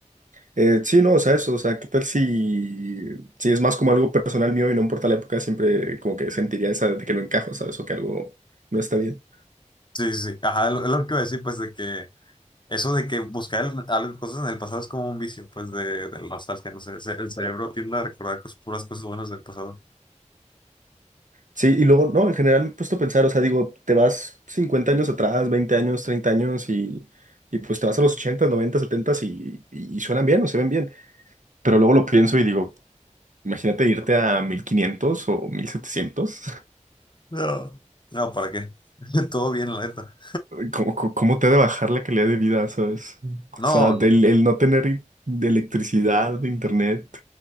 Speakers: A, on the right; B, on the left.
A: Eh, sí, no, o sea, eso, o sea, ¿qué tal si, si es más como algo personal mío y no importa la época, siempre como que sentiría esa de que no encajo, ¿sabes? O que algo no está bien.
B: Sí, sí, sí. Ajá, es lo es lo que iba a decir, pues, de que Eso de que buscar el- algo- cosas en el pasado es como un vicio, pues, de, de la nostalgia, no sé. se- El cerebro tiende a recordar cosas- puras cosas buenas del pasado.
A: Sí, y luego, no, en general me he puesto a pensar, o sea, digo, te vas 50 años atrás, 20 años, 30 años y, y pues te vas a los ochenta noventa 70 y, y, y suenan bien o se ven bien. Pero luego lo pienso y digo, imagínate irte a 1500 o mil setecientos
B: No. No, ¿para qué? <laughs> Todo bien, la neta.
A: ¿Cómo, cómo- cómo te ha de bajar la calidad de vida, sabes? O
B: No,
A: sea, del, el no tener de electricidad, de internet,